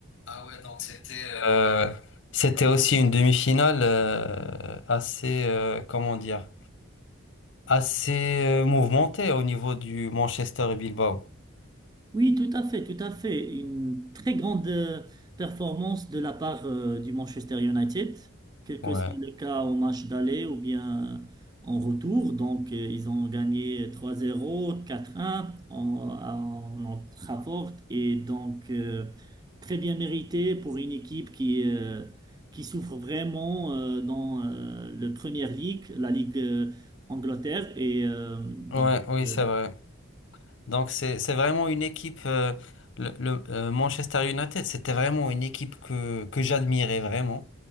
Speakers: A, on the left (about 60°); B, on the right (about 20°).
A: Ah ouais, donc c'était euh, C'était aussi une demi-finale euh, assez, euh, comment dire, assez euh, mouvementée au niveau du Manchester et Bilbao.
B: Oui, tout à fait, tout à fait. Une très grande euh, performance de la part euh, du Manchester United, quel que
A: Ouais,
B: soit le cas au match d'aller ou bien en retour. Donc, euh, ils ont gagné 3-0, 4-1 en, en, en Old Trafford. Et donc, euh, très bien mérité pour une équipe qui, euh, qui souffre vraiment euh, dans euh, le Premier League, la Ligue euh, Angleterre. Et euh, donc,
A: ouais, oui,
B: euh,
A: c'est vrai. Donc c'est c'est vraiment une équipe. euh, le le, euh, Manchester United, c'était vraiment une équipe que que j'admirais vraiment.